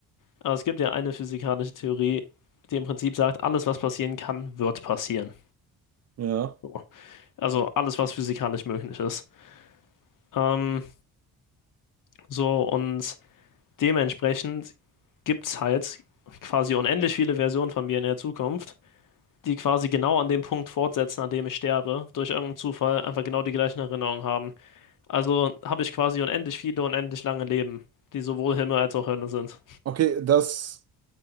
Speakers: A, on the left; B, on the right.
A: Aber es gibt ja eine physikalische Theorie, die im Prinzip sagt, alles, was passieren kann, wird passieren.
B: Ja.
A: So. Also alles, was physikalisch möglich ist. Ähm, so, und Dementsprechend gibt es halt quasi unendlich viele Versionen von mir in der Zukunft, die quasi genau an dem Punkt fortsetzen, an dem ich sterbe, durch irgendeinen Zufall einfach genau die gleichen Erinnerungen haben. Also habe ich quasi unendlich viele, unendlich lange Leben, die sowohl Himmel als auch Hölle sind.
B: Okay, das